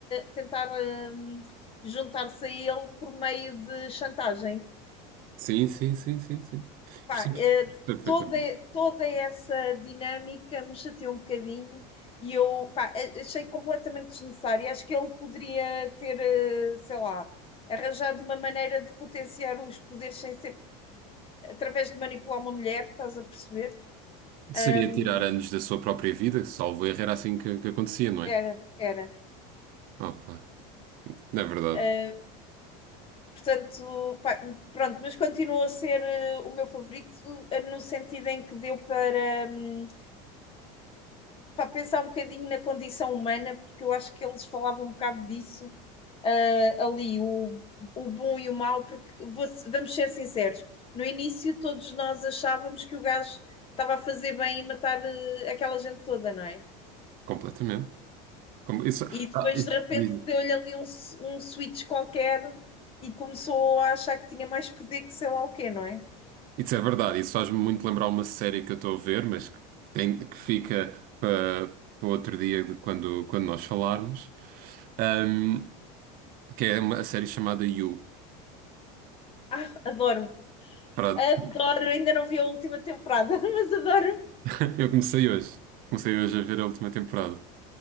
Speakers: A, on the left; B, on the right.
A: tentar hum, juntar-se a ele por meio de chantagem.
B: Sim, sim, sim, sim, sim.
A: Pá,
B: Percebo
A: eh,
B: perfeitamente.
A: toda, toda essa dinâmica me chateou um bocadinho e eu pá, a- achei completamente desnecessário. Acho que ele poderia ter, eh, sei lá, arranjado uma maneira de potenciar os poderes sem ser através de manipular uma mulher, estás a perceber?
B: Seria
A: Ahm,
B: tirar anos da sua própria vida, salvo erro, era assim que, que acontecia, não
A: era,
B: é?
A: era.
B: Opa, não é verdade.
A: Ah, portanto, pá, pronto, mas continuou a ser eh, o meu favorito, eh, no sentido em que deu para, hum, para pensar um bocadinho na condição humana, porque eu acho que eles falavam um bocado disso, ah, ali, o, o bom e o mau, porque vou- vamos ser sinceros, no início todos nós achávamos que o gajo estava a fazer bem e matar, eh, aquela gente toda, não é?
B: Completamente. Com- Isso,
A: E depois
B: ah, isso,
A: de repente
B: diz-
A: deu-lhe ali um, s- um switch qualquer e começou a achar que tinha mais poder que sei lá o quê, não é?
B: isso é verdade. Isso faz-me muito lembrar uma série que eu estou a ver, mas que, tem, que fica para, para outro dia de quando, quando nós falarmos, Ahm, que é uma a série chamada You.
A: Ah, adoro,
B: Pronto.
A: adoro, ainda não vi a última temporada, <laughs> mas adoro.
B: <laughs> Eu comecei hoje. Comecei hoje a ver a última temporada.